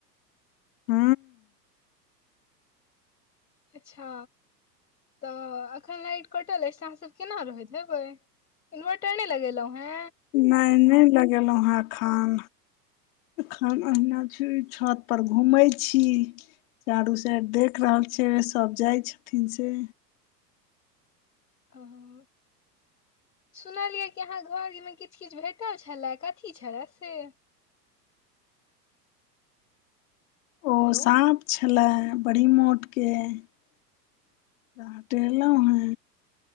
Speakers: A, on the left; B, on the left.
A: ह
B: अच्छा त एखन लाइट कटल अछि त अहा सब केना रहैत हेबै इन्वटर नै लगेलहु हँ
A: नै नै लगेलहु ह अखन एखन अहिना छी छत पर घुमेैय छी। चारू साइड देख रहल छियैय सब जाय छथिन से
B: हु हुहु सुनलियै कि अहा घरमे किछु किछु भेटल छलै कथी छलै से
A: ओऽऽ
B: हेलो
A: साॅप छलैह बड़ी मोट के ओकरा हटेलहु ह